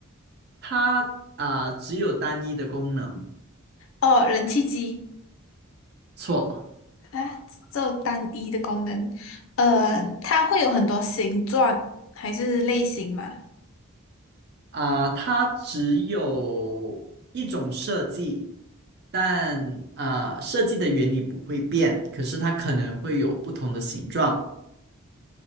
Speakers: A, on the right (about 50°); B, on the left (about 70°).
A: 它啊只有单一的功能，
B: 哦，冷气机
A: 错
B: 啊，只有单一的功能。呃，它会有很多形状还是类型吗？
A: 啊，它只有一种设计，但啊设计的原理不会变，可是它可能会有不同的形状